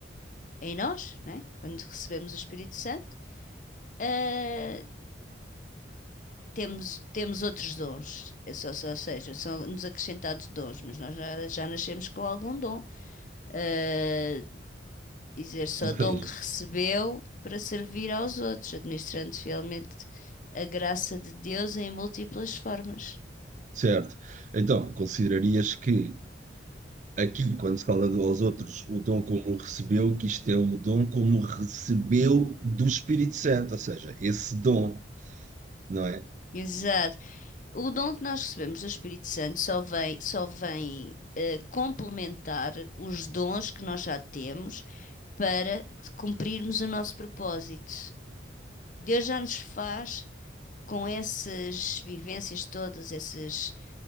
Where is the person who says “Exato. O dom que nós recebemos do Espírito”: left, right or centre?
Left